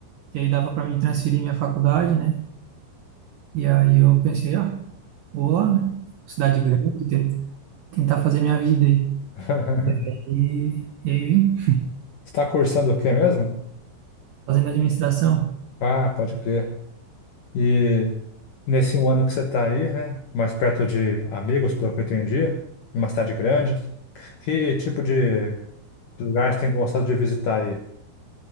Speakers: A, on the right (about 75°); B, on the left (about 70°).
A: e aí dava para mim transferir minha faculdade, né? E aí eu pensei, ah, vou lá, né? Cidade grande, ten- tentar fazer minha vida aí.
B: <laughs>
A: E aí, e aí vim
B: Você está cursando o quê mesmo?
A: fazendo administração.
B: Ah, pode crer. E nesse um ano que você está aí, né, mais perto de amigos, pelo que eu entendi, numa cidade grande, que tipo de lugar você tem gostado de visitar aí?